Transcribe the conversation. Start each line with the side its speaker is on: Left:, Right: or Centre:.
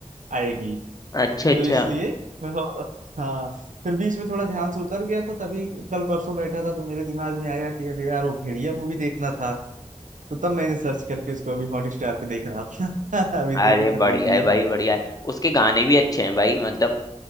Right: आएगी
Left: अच्छा अच्छा
Right: तो इसलिए मैं हाँ फिर बीच में थोड़ा ध्यान से उतर गया था तभी कल परसों बैठा था तो मेरे दिमाग में आया कि अरे यार वो भेड़िया मूवी देखना था तो तब मैंने सर्च करके इसको अभी हॉटस्टार पे देख रहा था <laughs> अभी देख
Left: अरे
Right: के खत्म
Left: बढ़िया
Right: किया
Left: है भाई बढ़िया है उसके गाने भी अच्छे हैं भाई मतलब